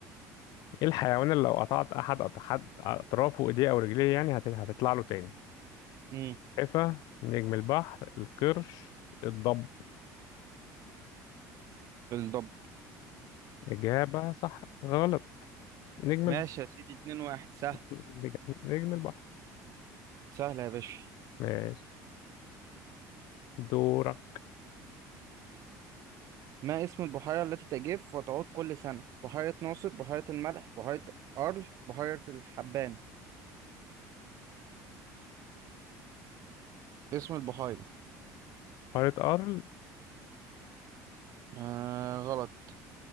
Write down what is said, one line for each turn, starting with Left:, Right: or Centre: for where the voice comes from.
Left: ايه الحيوان اللي لو قطعت احد احد اطرافه ايديه او رجليه يعني هت- هتطلع له تاني
Right: امم
Left: السلحفة نجم البحر القرش الضب
Right: بالضبط
Left: اجابة صح غلط نجم
Right: ماشي يا سيدي اتنين واحد سهل
Left: نج- نجم البحر
Right: سهل يا باشا
Left: ماشي دورك
Right: ما اسم البحيرة التي تجف وتعود كل سنة بحيرة ناصر بحيرة الملح بحيرة أرج بحيرة الحبان اسم البحيرة
Left: قارة أرل
Right: آه غلط